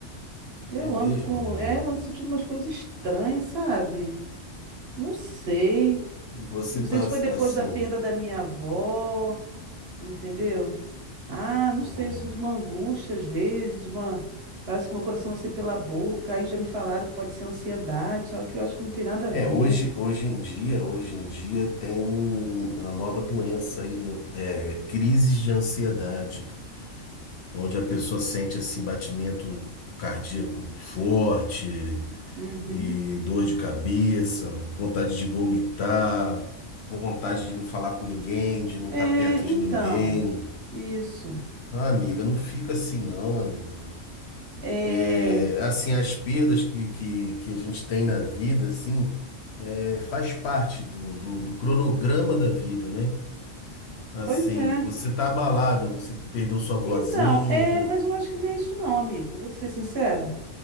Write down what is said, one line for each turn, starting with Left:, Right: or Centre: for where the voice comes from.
Right: Eu
Left: é mesmo,
Right: ando com,
Left: amigo?
Right: é, eu ando sentindo umas coisas estranhas, sabe? Não sei.
Left: Você
Right: Não sei
Left: tá
Right: se
Left: assim...
Right: foi depois da perda da minha avó, entendeu? Ah, não
Left: hum.
Right: sei, eu sinto uma angústia às vezes, uma. Parece que meu coração vai ser pela boca, aí já me falaram que pode ser ansiedade, só que eu acho que não tem nada a
Left: É,
Right: ver.
Left: hoje, hoje em dia, hoje em dia tem um- uma nova doença aí, né? É, crises de ansiedade, onde a pessoa sente assim batimento cardíaco forte,
Right: Uhum.
Left: E dor de cabeça, vontade de vomitar, vontade de não falar com ninguém, de não
Right: É,
Left: estar perto de
Right: então,
Left: ninguém.
Right: isso.
Left: Ah, amiga, não fica assim não, amiga.
Right: É,
Left: É, assim, as perdas que, que, que a gente tem na vida, assim, é, faz parte do, do, do cronograma da vida, né? Assim,
Right: pois é.
Left: você tá abalada, você perdeu sua vozinha.
Right: Então, é, mas eu acho que não é isso não, amigo, vou te ser sincera.